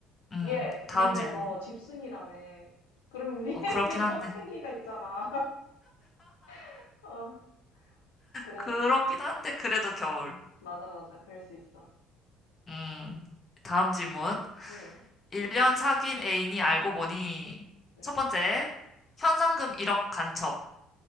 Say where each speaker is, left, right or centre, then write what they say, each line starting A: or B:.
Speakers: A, on the left; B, on the left.
A: 음.
B: 얘,
A: 다음
B: 근데
A: 질문.
B: 너 집순이라며. 그럼 우리에게
A: 어, 그렇긴 한데.
B: <laughs> 선풍기가 있잖아. <laughs> 어, 그래.
A: 그렇긴 한데, 그래도 겨울.
B: 맞아, 맞아. 그럴 수 있어.
A: 음, 다음 질문.
B: 응,
A: 1년 사귄 애인이 알고 보니,
B: 응.
A: 첫 번째, 현상금 1억 간첩.